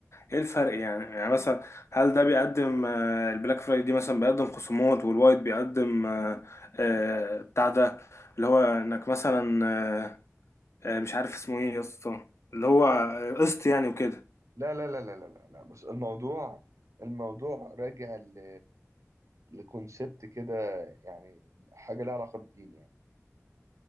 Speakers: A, on the left (about 55°); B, on the right (about 70°).
A: ايه الفرق يعني يعني مثلا هل ده بيقدم آه، البلاك فرايداي مثلا بيقدم خصومات والوايت بيقدم آه، آه،
B: لا
A: بتاع ده اللي هو انك مثلا آه، آه، مش عارف
B: آه،
A: اسمه ايه يا اسطى اللي هو
B: ايه
A: آه، قسط يعني وكده
B: لا لا لا لا لا لا لا. بس الموضوع الموضوع راجع ل لكونسبت كده يعني حاجه لها علاقه بالدين يعني